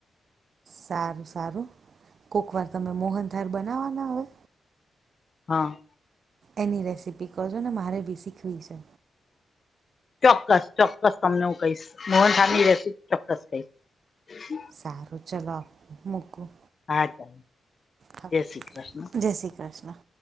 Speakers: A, on the right; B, on the left.
A: સારું સારું કોક વાર તમે મોહનધાર બનાવવાના આવે.
B: હા.
A: એની રેસીપી કરજો ને મારે બી શીખવી છે.
B: ચોક્કસ ચોક્કસ તમને હું કહીશ મોહનઠની
A: હા
B: રેસીપી ચોક્કસ કહીશ.
A: સારું ચલો મૂકું.
B: હા.
A: હા
B: જય શ્રી કૃષ્ણ
A: જય શ્રી કૃષ્ણ.